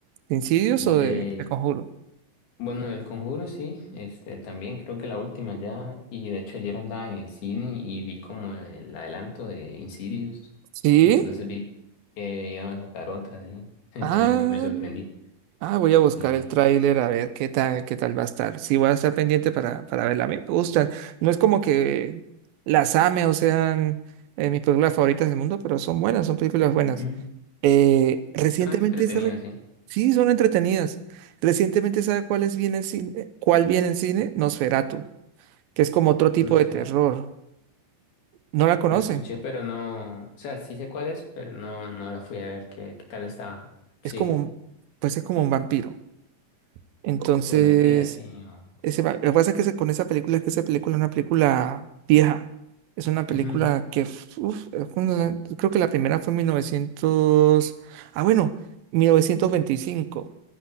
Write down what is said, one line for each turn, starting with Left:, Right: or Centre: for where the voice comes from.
Right: de Insidious
Left: De,
Right: o de El Conjuro?
Left: bueno, del conjuro, sí. Este, también creo que la última ya. Y de hecho, ayer andaba en el cine y vi como el adelanto de Insidious.
Right: Sí.
Left: Entonces vi que iban a sacar otra, sí. <laughs>
Right: Ah,
Left: También me, me sorprendí.
Right: ah, voy a buscar
Left: Sí.
Right: el tráiler a ver qué tal, qué tal va a estar. Sí, voy a estar pendiente para, para verla. A mí me gustan. No es como que las ame o sean eh, mis películas favoritas del mundo, pero son buenas, son películas buenas.
Left: Ujú.
Right: Eh, recientemente,
Left: Está entretenido,
Right: ¿sabe?
Left: sí.
Right: Sí, son entretenidas. Recientemente, ¿sabe cuál es bien en cine? Eh, ¿Cuál viene en cine? Nosferatu, que es como otro tipo
Left: No esperate.
Right: de terror. No la conoce.
Left: La escuché, pero no. O sea, sí sé cuál es, pero no, no la fui a ver qué, qué tal estaba. Sí,
Right: Es como, un- pues es como un vampiro. Entonces,
Left: prometía, sí. o-
Right: ese, va- lo que pasa es que ese- con esa película es que esa película es una película vieja. Es una película
Left: Ujú,
Right: que, uf, es una- creo que la primera fue en 1900, ah, bueno, 1925.